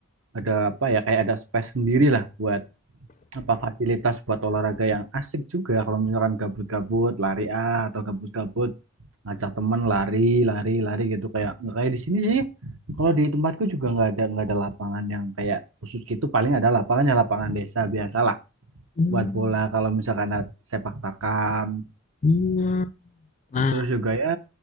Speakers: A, on the right; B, on the left.
A: ada apa ya kayak ada space sendiri lah buat apa fasilitas buat olahraga yang asik juga kalau misalkan gabut-gabut lari ah atau gabut-gabut ngajak temen lari lari lari gitu kayak nggak kayak di sini sih kalau di tempatku juga nggak ada nggak ada lapangan yang kayak khusus gitu paling ada lapangannya lapangan desa biasalah
B: Hmm.
A: buat bola kalau misalkan ada sepak takam
B: Hmm. Nah,
A: terus juga ya